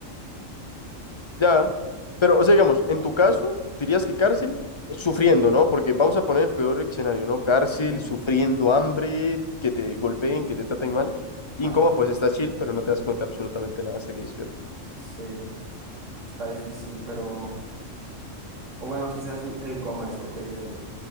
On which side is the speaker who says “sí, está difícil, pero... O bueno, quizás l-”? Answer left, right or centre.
Right